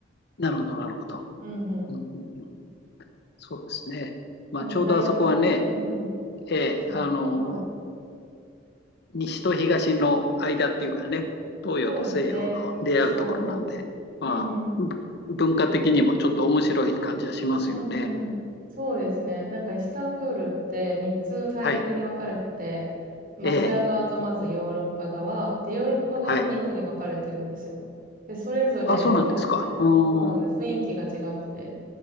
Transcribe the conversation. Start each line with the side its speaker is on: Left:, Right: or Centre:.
Left: なるほど、なるほど。
Right: うんうん。
Left: なるほどうんうんうん、そうですね。まあ、
Right: まあでも大体、
Left: ちょうどあそこはね、
Right: うんうん。
Left: ええ、
Right: その、
Left: あの、
Right: はい。
Left: 西と東の間っていうかね、東洋と西洋の出会うところなんで、
Right: そうですね。そう。
Left: まあ、
Right: うん、うんうん。
Left: 文化的にもちょっと面白い感じはしますよね。
Right: うん、うんうん。そうですね。なんかイスタンブールって3つ大陸に分かれてて、
Left: はい。
Right: まあアジア側とまずヨーロッパ側、
Left: ええ。
Right: で、ヨーロッパ側も2個に分かれてるんですよ。
Left: はい。
Right: で、それぞれ全然、
Left: あ、そうなんですか。うーん。
Right: そうなんです。雰囲気が違くて。